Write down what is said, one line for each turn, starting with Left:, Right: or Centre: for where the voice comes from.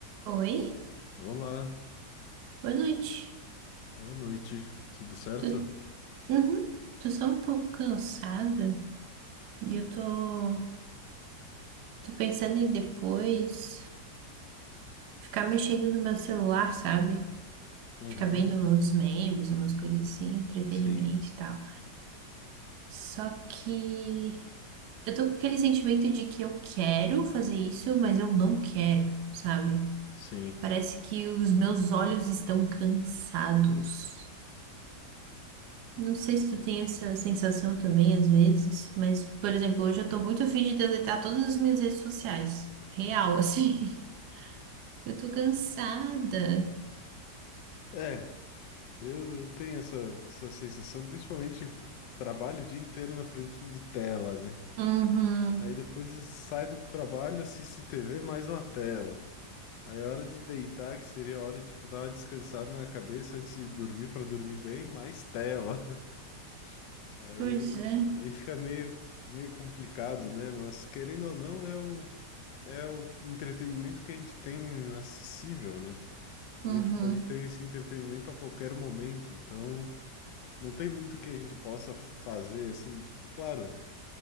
Right: Oi,
Left: Olá,
Right: boa noite.
Left: boa noite, tudo certo?
Right: Tu, uhum, tô só um pouco cansada e eu tô, tô pensando em depois ficar mexendo no meu celular, sabe?
Left: Uhum,
Right: Ficar vendo uns memes, umas coisas assim, entretenimento
Left: sim,
Right: e tal. Só que eu tô com aquele sentimento de que eu quero fazer isso, mas eu não quero, sabe?
Left: sim.
Right: Parece que os meus olhos estão cansados. Não sei se tu tem essa sensação também às vezes, mas, por exemplo, hoje eu tô muito afim de deletar todas as minhas redes sociais. Real, <laughs> assim. Eu tô cansada.
Left: É, eu tenho essa, essa sensação, principalmente trabalho o dia inteiro na frente de tela, né?
Right: Uhum.
Left: Aí depois sai do trabalho, assiste TV, mais uma tela. Aí é hora de deitar, que seria a hora de tipo, dar uma descansada na cabeça antes de dormir, para dormir bem, mais tela. <laughs> Aí,
Right: Pois é.
Left: aí fica meio, meio complicado, né? Mas querendo ou não, é o é o entretenimento que a gente tem acessível, né? Então
Right: Uhum.
Left: a gente pode ter esse entretenimento a qualquer momento. Então não tem muito que a gente possa fazer assim, tipo, claro,